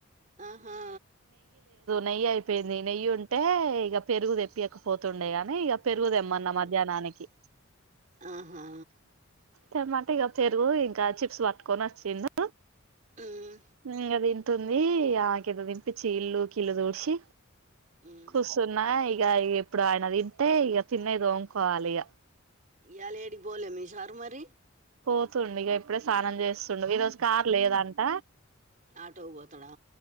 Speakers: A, on the right; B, on the right.
A: ఆహా
B: నెయైపేమ్డి నెయ్యుంటే ఇగ పెరుగు తెప్పియకపోతుండే గానీ ఇగ పెరుగుదెమ్మన్నా
A: అవును
B: మధ్యానానికి
A: ఆహా
B: తెమ్మంటే ఇగ పెరుగు ఇంకా చిప్స్ పట్టుకొని వచ్చిండు
A: మ్మ్
B: ఇంక దీన్ తుందీ ఆ గింత తినిపించి, ఇల్లు ఉకి ఇల్లు తుడిచి
A: మ్మ్
B: కూసున్న ఇ గ ఇక ఇప్పుడు ఆయన తింటే ఇక తిన్నయ్ తోముకోవాలిగ
A: ఇయాలేడికి పోలే మి సార్ మరి
B: పోతుండిగ ఇప్పుడే సానం చేస్తుండు ఈ రోజు కార్ లేదంట
A: ఆటోక్ బోతాడా